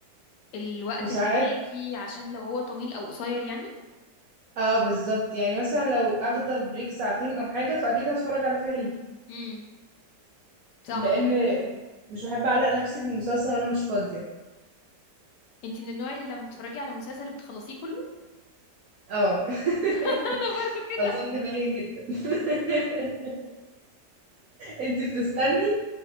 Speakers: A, on the left; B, on the right.
A: الوقت
B: وساعات
A: اللي معاكي عشان لو هو طويل او قصير يعني
B: اه بالظبط يعني مثلا لو اخدة بريك ساعتين او حاجة فاكيد هتفرج على فيلم
A: امم صح
B: لان مش بحب اعلق نفسي بمسلسل وانا مش فاضيه
A: انتي من النوع اللي لما بتتفرجي على مسلسل بتخلصيه كله <laughs>
B: اه
A: انا
B: <laughs>
A: برضو كده
B: اظن باين جدا <laughs> انتي بتستني